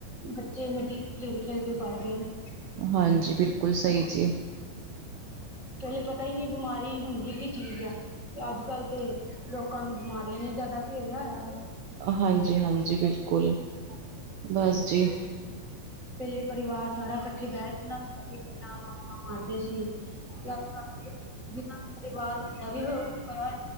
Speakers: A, on the right; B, on the right.
A: ਬੱਚੇ ਮਿੱਟੀ ਚ ਖੇਲ-ਖੇਲ ਕੇ ਪਲ ਗੇਨ।
B: ਹਾਂਜੀ ਬਿਲਕੁਲ ਸਈ ਜੀ।
A: ਪੈਹਲੇ ਪਤਾ ਈ ਨੀ, ਬਿਮਾਰੀ ਹੁੰਦੀ ਕੀ ਚੀਜ਼ ਐ। ਤੇ ਅੱਜ-ਕੱਲ ਤੇ, ਲੋਕਾਂ ਨੂੰ ਬਿਮਾਰੀਆਂ ਨੇ ਜਆਦਾ ਘੇਰਿਆ ਹੋਇਆ ਐ।
B: ਹਾਂਜੀ-ਹਾਂਜੀ ਬਿਲਕੁਲ, ਬਸ ਜੀ।
A: ਪੈਹਲੇ ਪਰਿਵਾਰ ਸਾਰਾ ਇਕੱਠੇ ਬੈ ਨਾ, ਲਾਂ ਮਾਂ ਮਾਰਦੇ ਸੀ। ਤੇ ਅਜ-ਕਲ ਜੇ ਪਰਿਵਾਰ ਵੱਡਾ ਵੀ ਹੋ ਹੋਇਆ,